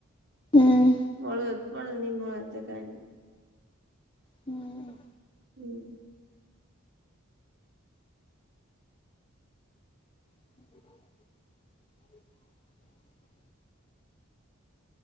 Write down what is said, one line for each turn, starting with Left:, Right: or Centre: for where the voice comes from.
Left: હમ
Right: મળ્યો, પણ નહી મળે છે, કઈ નહીં.
Left: હમ.
Right: હમ.
Left: હમ <unintelligible>